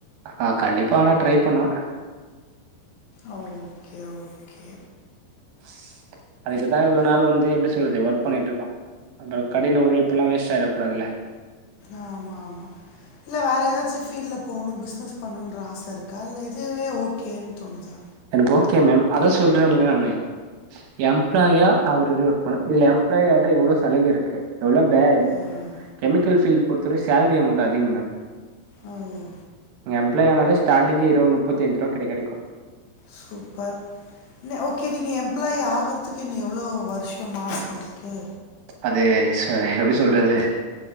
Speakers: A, on the right; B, on the left.
A: ஆ கண்டிப்பா ஆனா ட்ரை பண்ணுவே
B: ஆ ஓகே ஓகே
A: <inaudible> அதுக்குதா இவ்ளோ நாள் வந்து எப்டி சொல்து ஒர்க் பண்ணிட்டுருக்கோ அப்றோ கடின உழைப்புலா வேஸ்ட் ஆய்டக்கூடாதுல
B: ஆ ஆமா ஆமா இல்ல வேற ஏதாச்சு ஃபீல்டில் போணு பிஸ்னஸ் பண்ணுன்ற ஆச இருக்கா இல்ல இதுவே ஓ கேன்னு தோணுதா
A: எனக்கு ஓகே மேம் அதா சொல்றேல்ல நானு எம்ப்ளாயா ஆகறது எப்ப இது எப்ளாய் ஆயிட்டா எவ்ளோ சலுக இருக்கு எவ்ளோ பேட்
B: ஆ
A: கெமிக்கல் ஃபீல்ட பொறுத்தவர சேல்ரி அமௌண்ட் அதிகோ மேம்
B: ஆ ஓ
A: நீங்க எம்ப்ளாய் ஆனாலே ஸ்டாட்டிங் இருவ நுப்பத்தஞ்சி ரூவாகூட கெடைக்கு
B: சூப்பர் ஓ கே நீங்க எம்ப்ளாயி ஆகறதுக்கு இன்னு எவ்ளோ வருஷோ மாசோ இர்க்கு
A: அதே சொ எப்டி சொல்றது